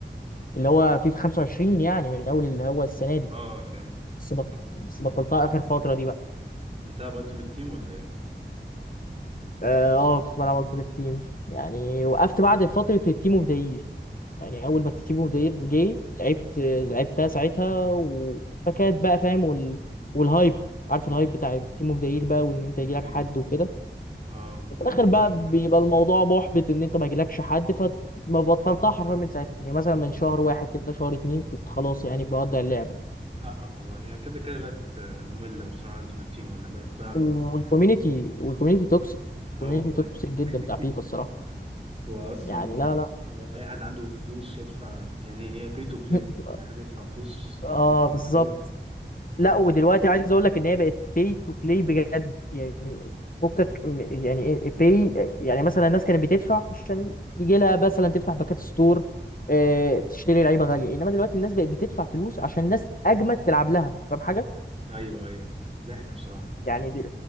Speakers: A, on the left; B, on the right.
A: اللي هو فيفا 25 يعني من اول اللي هو السنه دي
B: اه فهمت
A: بس بط- بس
B: بت-
A: بطلتها اخر فتره دي بقى
B: بتلعب التيمت تيم ولا ايه
A: اه آه، كنت بلعب التيمت تيم يعني وقفت بعد فتره التيم اوف ذا يعني اول ما تيبو فير جه لعبت لعبتها ساعتها و- فكانت بقى فاهم وال... والهايب عارف الهايب بتاع تيمو فير بقى وان انت يجيلك
B: ايوه
A: حد وكده
B: ايوه اه
A: وفي
B: من
A: الاخر
B: الفترة
A: بقى
B: دي
A: بيبقى الموضوع محبط ان انت ما يجيلكش حد فما بطلتها حرفيا من ساعتها يعني مثلا من شهر واحد كده شهر اتنين كنت خلاص يعني بودع اللعبه
B: حقك والله هي كده كده بقت آه، مملة بصراحة التيمت تيم ولا بقت بلعب
A: والكوميونتي
B: بالعافية يعني.
A: والكوميونتي توكسيك الكوميونتي
B: اه والله
A: توكسيك جدا
B: <laughs>
A: بتاع فيفا الصراحه
B: واصلا
A: يعني لا لا
B: لو اي حد عنده فلوس يدفع يعني هي بي تو بلاي
A: <laughs>
B: اي حد يدفع فلوس يكون
A: اه
B: حلو
A: بالظبط
B: قوي
A: لا
B: اه
A: ودلوقتي عايز اقول لك ان هي بقت pay to play بجد يعني فكك م- يعني إيه، pay يعني مثلا الناس كانت بتدفع عشان يجي لها مثلا تفتح باكات ستور آه، تشتري لعيبه غاليه انما دلوقتي الناس بقت بتدفع فلوس عشان الناس اجمد تلعب لها فاهم حاجه؟
B: ايوه ايوه ضحك بصراحه
A: يعني دي